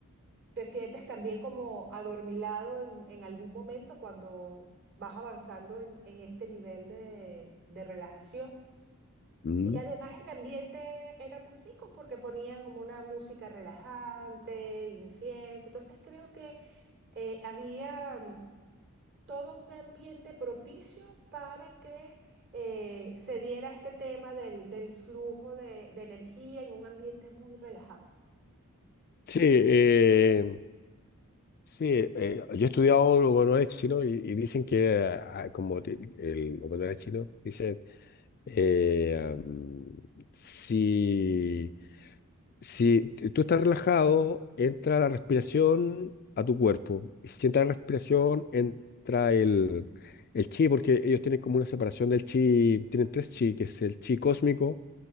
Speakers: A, on the right; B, on the left.
A: ¿Te sientes también como adormilado en, en algún momento cuando vas avanzando en, en este nivel de, de relajación?
B: mm.
A: Y además el ambiente era muy rico porque ponían como una música relajante, incienso. Entonces creo que eh, había mm, todo un ambiente propicio para que eh, se diera este tema del, del flujo de, de energía en un ambiente muy relajado.
B: Sí, eh, Sí, eh, eh, yo he estudiado oconoés chino y, y dicen que ah, como te- el oconoés chino, dicen, eh, am, si, si t- tú estás relajado, entra la respiración a tu cuerpo. Y si entra la respiración, entra el, el chi, porque ellos tienen como una separación del chi, tienen tres chi, que es el chi cósmico,